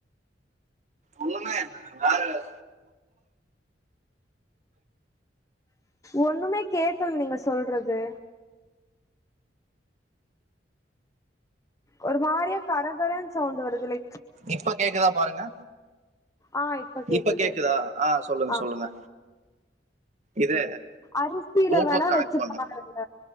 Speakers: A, on the right; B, on the left.
A: ஒன்னுமே <inaudible>
B: ஒண்ணுமே கேக்கல் நீங்க சொல்றது ஒரு மாரியா கரகரன் சவுண்டு வருது லை
A: இப்ப கேக்குதா பாருங்க
B: ஆ கேக்குது
A: இப்ப கேக்குதா ஆ சொல்லுங்க
B: ஆ
A: சொல்லுங்க இது
B: அரிசியில
A: ப்ளூடூத்
B: வேணா
A: கனெக்ட்
B: வச்சு
A: பண்ண
B: பாருங்க